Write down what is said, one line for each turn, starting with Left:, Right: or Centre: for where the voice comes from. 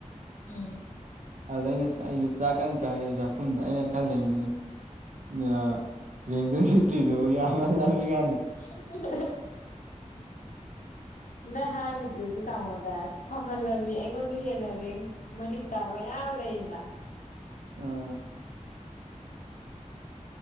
Left: ꯎꯝ
Right: ꯑꯗ ꯑꯩꯅ ꯑꯩꯁꯦ ꯆꯥꯛ ꯀꯟꯅ ꯆꯥꯔꯤ ꯆꯥꯛꯈꯨꯝꯗ ꯑꯩꯅ ꯈꯜꯂꯤꯃꯤꯅꯤ ꯑꯗꯨꯒ ꯔꯦꯟꯗ ꯅꯨꯃꯤꯠ ꯀꯤꯗꯣ ꯌꯥꯝꯅꯂꯝꯃꯤꯀꯟꯗ
Left: ꯍꯦ ꯅꯪ ꯍꯥꯏꯈꯤꯕꯗꯨꯗꯤ ꯇꯥꯃꯣꯗ ꯐꯝꯍꯜꯂꯝꯃꯤ ꯑꯩꯉꯣꯟꯗ ꯍꯦꯟꯅ ꯔꯦꯡ ꯃꯅꯤꯡ ꯇꯥꯕ ꯃꯌꯥꯎ ꯂꯩ ꯌꯦꯅ
Right: ꯑꯥꯥ